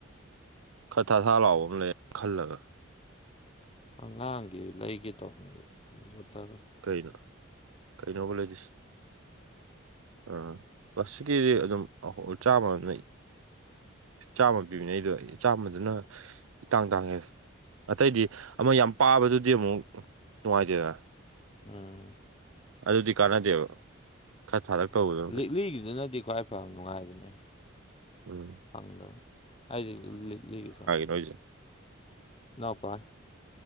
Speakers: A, on the right (about 80°); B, on the left (about 25°).
A: ꯈꯔ ꯊ ꯊꯥ ꯂꯥꯎꯕ ꯑꯃ ꯂꯩ ꯈꯜꯂꯒ
B: ꯑꯉꯥꯡꯒꯤ ꯂꯩꯒꯦ ꯇꯧꯕꯅꯦꯕ ꯣꯠꯇꯔ
A: ꯀꯩꯅꯣ ꯀꯩꯅꯣꯕ ꯂꯩꯔꯤꯁ ꯑꯥ ꯀ꯭ꯂ꯭ꯂꯥꯁꯁꯤꯤꯛꯀꯤꯗꯤ ꯑꯗꯨꯝ ꯑ ꯆꯥꯝꯃ ꯑꯗꯨꯝꯅ ꯆꯥꯝꯃ ꯄꯤꯕꯅꯦ ꯑꯩꯗꯣ ꯆꯥꯝꯃꯗꯨꯅ ꯇꯥꯡ ꯇꯥꯡꯉꯦ ꯑꯇꯩꯗꯤ ꯑꯃ ꯌꯥꯝ ꯄꯥꯕꯗꯨꯗꯤ ꯑꯃꯨꯛ ꯅꯨꯡꯉꯥꯏꯇꯦꯗ
B: ꯎꯝ
A: ꯑꯗꯨꯗꯤ ꯀꯥꯟꯅꯗꯦꯕ ꯈꯠ ꯊꯥꯔꯛꯄꯧ
B: ꯂꯤꯛꯂꯤꯒꯤꯗꯨꯅꯗꯤ ꯈ꯭ꯋꯥꯏ ꯐ ꯅꯨꯡꯉꯥꯏꯕꯅꯦ
A: ꯎꯝ
B: ꯐꯪꯗꯕꯅꯤ ꯑꯩꯗꯤ ꯂꯤ ꯂꯤꯒ
A: ꯣꯏꯁꯦ
B: ꯅꯥꯎꯄꯥꯄꯥ